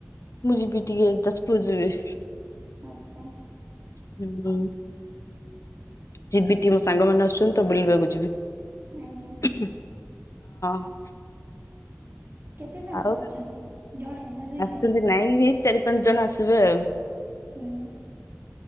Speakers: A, on the left; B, on the right.
A: ମୁଁ ଯିବି ଟିକେ ଯାଜପୁର୍ ଯିବି।
B: ଆଚ୍ଛା।
A: ହୁଁ। ଯିବି ଟିକେ ମୋ ସାଙ୍ଗ ମାନେ ଆସୁଛନ୍ତି ତ ବୁଲିବାକୁ ଯିବି।
B: ଆଜ୍ଞା।
A: ଉଁ ହଁ।
B: କେତେ ସାଙ୍ଗ
A: ଆଉ।
B: ଆସୁଛନ୍ତି ଜଣେ ନା ଦୁଇ
A: ଆସୁଛନ୍ତି
B: ଜଣ?
A: ନାଇଁ ଏଇ ଚାରି ପାଞ୍ଚ ଜଣ ଆସିବେ ଆଉ।
B: ହୁଁ।